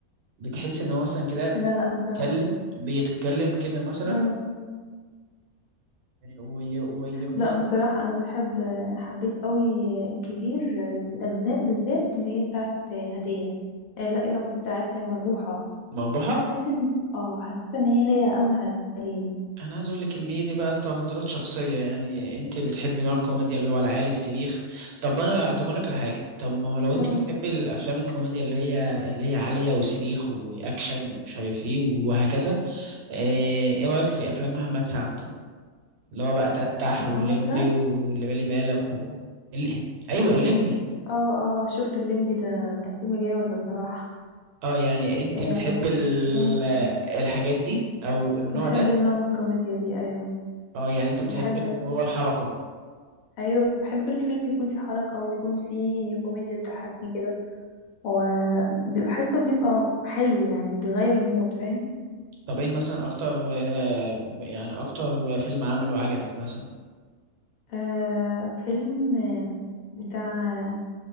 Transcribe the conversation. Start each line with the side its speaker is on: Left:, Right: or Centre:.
Right: بتحس إن هو مثلا كده
Left: لا لا بصراحة
Right: بيتكلم بيتكلم كده مثلا
Left: مم.
Right: وي- ويروح
Left: لا
Right: مثلا
Left: بصراحة انا بحب حبيت قوي الكبير في الاجزاء بالذات اللي هي بتاعت هدية آه، لا يا رب بتاعت مربوحة
Right: مربوحة
Left: حسيت ان اه حسيت ان هي لايقة قوي عليه
Right: أنا عايز أقول لك إن هي دي بقى تفضيلات شخصية يعني أنت بتحبي نوع الكوميديا اللي هو العالي السبيخ طب أنا طب أقول لك على حاجة طب ما هو لو أنت
Left: مم.
Right: بتحبي الأفلام الكوميديا اللي هي اللي هي عالية وسبيخ وأكشن ومش عارف إيه وهكذا إيه إيه رأيك في أفلام محمد سعد؟ اللي هو بقى تتح
Left: محمد
Right: والليمبي
Left: سعد
Right: واللي بالي بالك و... ال... ايوه الليمبي
Left: اه اه شفت الليمبي ده كان فيلم جامد بصراحة
Right: اه يعني انت
Left: يعني
Right: بتحب ال...
Left: مم.
Right: الحاجات دي او النوع
Left: بحب
Right: ده
Left: النوع من الكوميديا دي ايوه
Right: اه يعني انت بتحب
Left: بحب
Right: اللي هو الحركة
Left: ايوه بحب الفيلم يكون فيه حركة ويكون فيه كوميديا تضحكني كده وبحسه بيبقى حلو يعني بيغير المود فاهم
Right: طب ايه مثلا اكتر آه، يعني اكتر فيلم عمله عجبك مثلا
Left: آه فيلم آه، بتاع